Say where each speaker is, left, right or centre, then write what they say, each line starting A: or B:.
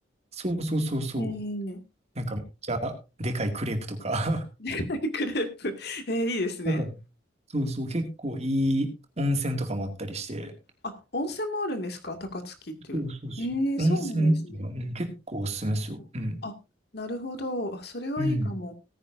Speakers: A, on the right (about 35°); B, on the left (about 60°).
A: そうそうそうそう、
B: ええ
A: なんかでかいクレープとか、
B: <laughs> クレープ。ええいいですね。
A: <laughs> なんか、そうそう、結構いい温泉とかもあったりして、
B: あ、温泉もあるんですか高槻っていう。
A: そうそうそう。
B: ええそうなんですね。
A: 温泉っていうのは、うん結構おすすめですよ。うん。
B: あ、なるほど。あ、それはいいかも。
A: うん。